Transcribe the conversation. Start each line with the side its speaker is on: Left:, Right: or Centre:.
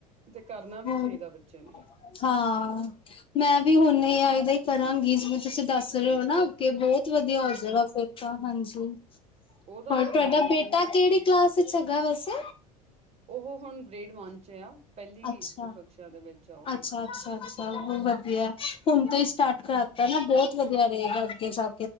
Right: ਤੇ ਕਰਨਾ ਵੀ
Left: ਹੋਰ
Right: ਚਾਹੀਦਾ ਬੱਚੇ ਨੇ।
Left: ਹਾਂ। ਮੈਂ ਵੀ ਹੁਣ ਇਹ ਏ ਅਈ ਹੀ ਕਰਾਂਗੀ। ਜਿਵੇਂ ਤੁਸੀਂ ਦੱਸ ਰਹੇ ਹੋ ਨਾ ਅੱਗੇ ਬਹੁਤ। ਜੀ ਵਧੀਆ ਹੋ
Right: ਹਮ
Left: ਜਾਏਗਾ
Right: ਹਮ
Left: ਫੇਰ ਤਾਂ ਹਾਂਜੀ
Right: ਉਹਦਾ
Left: ਹੋਰ
Right: ਤਾਂ ਲੈ
Left: ਤੁਹਾਡਾ
Right: ਮੈਂ ਕਹਿੰਦੀ
Left: ਬੇਟਾ
Right: ਹਾਂ
Left: ਕਿਹੜੀ ਕਲਾਸ। ਗਾਲ ਵਸੇ
Right: ਉਹ ਹੁਣ ਗ੍ਰੇਡ ਵਨ ਚ ਆ ਪਹਿਲੀ
Left: ਅੱਛਾ।
Right: ਕਕਸ਼ਾ ਦੇ ਵਿੱਚ ਆ ਉਹ ਹੁਣ।
Left: ਅੱਛਾ, ਅੱਛਾ! ਵਧੀਆ ਹੁਣ ਤੋਂ ਹੀ ਸਟਾਰਟ ਕਰਾ ਦਿੱਤਾ ਨਾ, ਬਹੁਤ ਵਧੀਆ ਰਹੇਗਾ ਅੱਗੇ ਸਭ।